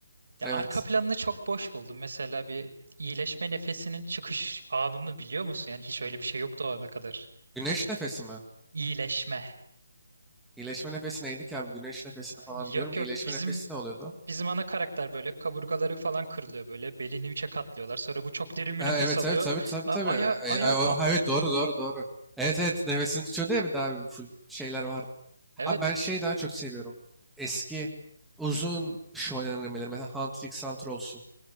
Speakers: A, on the right; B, in the centre.
A: Ya
B: Evet.
A: arka planını çok boş buldum. Mesela bir iyileşme nefesinin çıkış anını biliyor musun? Yani hiç öyle bir şey yoktu o ana kadar.
B: Güneş nefesi mi?
A: İyileşme.
B: İyileşme nefesi neydi ki abi? Güneş nefesini falan
A: Yok
B: biliyorum.
A: yok
B: İyileşme
A: bizim
B: nefesi ne oluyordu?
A: bizim ana karakter böyle kaburgaları falan kırılıyor böyle. Belini üçe katlıyorlar. Sonra bu çok derin bir
B: Ha,
A: nefes
B: evet
A: alıyor.
B: evet tabii tabii
A: A-
B: tabii.
A: aya
B: E,
A: ayağa
B: e, o-
A: kalktım.
B: ha, evet doğru doğru doğru. Evet evet nefesini tutuyordu ya bir daha bir full şeyler vardı.
A: Evet
B: Abi ben şeyi daha çok seviyorum. Eski uzun iş oynanan Mesela Hunter x Hunter olsun.